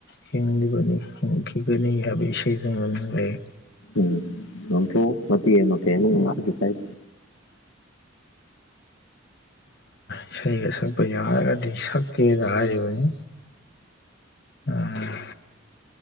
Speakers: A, on the left; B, on the left.
A: ꯍꯤꯡꯂꯤꯕꯅꯤ ꯍꯤꯡꯈꯤꯒꯅꯤ ꯍꯥꯏꯕꯒꯤ ꯄꯁꯖ ꯃꯅꯨꯡ ꯂꯩ
B: ꯎꯝ ꯉꯪꯊꯣꯛꯑꯣ ꯃꯇꯦꯛ ꯑꯃ ꯑꯃꯦ ꯂꯥꯛꯑꯁꯨ ꯀꯥꯏ
A: ꯏꯁꯩꯒ ꯁꯛꯄ ꯌꯥꯔꯒꯗꯤ ꯁꯛꯀꯦꯅ ꯍꯥꯏꯔꯤꯕꯅꯤ ꯑꯥ